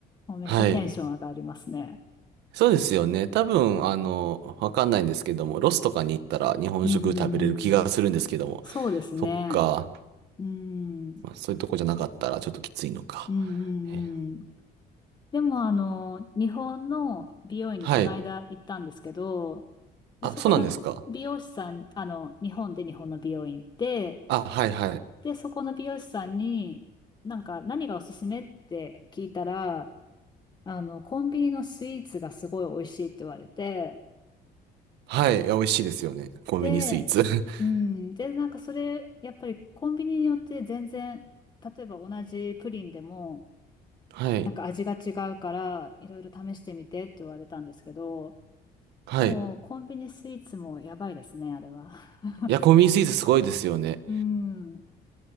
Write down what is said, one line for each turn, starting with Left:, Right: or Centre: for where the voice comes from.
Left: もうめっちゃテンション上がりますね。
Right: はい。そうですよね。多分、あの、わかんないんですけども、ロスとかに行ったら日本食食べれる気がするんですけども、
Left: うんうんそうですね。
Right: そっか。
Left: うん。うん。
Right: まあ、そういうとこじゃなかったらちょっときついのか。
Left: うんうんうんうん
Right: え
Left: でも、あの、日本の美容院にこの間行ったんですけど、
Right: はい。
Left: で、
Right: あ、
Left: そこの美容師さん、
Right: そうなんですか。
Left: あの、日本で日本の美容院行って、
Right: あ、はいはい。
Left: で、そこの美容師さんに、なんか何がおすすめって聞いたら、あの、コンビニのスイーツがすごい美味しいって言われて、
Right: はい。いや、美味しいですよね。コンビニスイーツ。
Left: で、
Right: <laughs>
Left: うん、で、なんかそれ、やっぱりコンビニによって全然、例えば同じプリンでも、
Right: はい。
Left: なんか味が違うから、いろいろ試してみてって言われたんですけど、
Right: はい。
Left: もうコンビニスイーツもやばいですね、あれは。<laughs>
Right: いや、コンビニスイーツすごいですよね。
Left: うん、